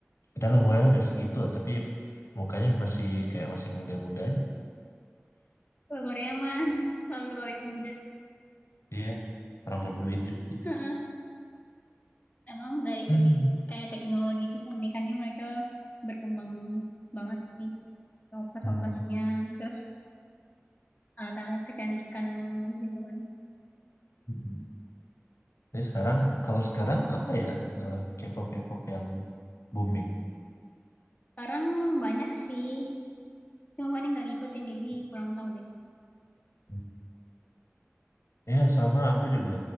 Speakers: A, on the left (about 75°); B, on the left (about 35°).
A: udah lah, umurnya udah segitu lah, tapi mukanya masih kayak masih muda-muda aja.
B: kalau Korea mah selalu awet muda
A: Iya. Orang berduit juga sih.
B: Heeh. emang dari
A: Hmm.
B: segi kayak teknologi kecantikannya mereka berkembang banget sih toples-toplesnya
A: Hmm.
B: terus alat-alat kecantikannya gitu kan
A: Mm-mm. Tapi sekarang kalau sekarang apa ya eh, K-pop K-pop yang booming?
B: sekarang banyak sih cuma paling nggak ngikutin jadi kurang tahu deh
A: Hmm. Ya sama aku juga